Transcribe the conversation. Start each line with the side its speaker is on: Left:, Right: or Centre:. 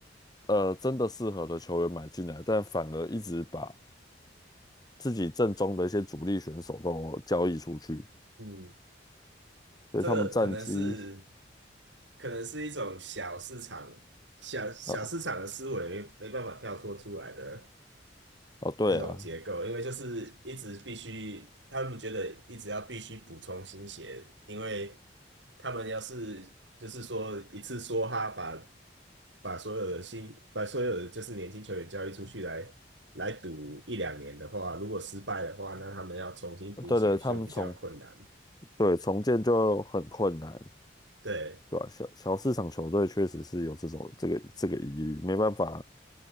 Left: 呃真的适合的球员买进来，但反而一直把自己阵中的一些主力选手都交易出去，
Right: 嗯，
Left: 所以他们战绩
Right: 这个可能是可能是一种小市场小小市场的思维，
Left: 呃
Right: 没没办法跳脱出来的。
Left: 哦对啊。
Right: 那种结构，因为就是一直必须，他们觉得一直要必须补充新血，因为他们要是就是说一次梭哈把把所有的新把所有的就是年轻球员交易出去来来赌一两年的话，如果失败的话，那他们要重新补血就比较困难。
Left: 对对，他们重对重建就很困难，
Right: 对
Left: 对吧、小小市场球队确实是有这种这个这个疑虑，没办法，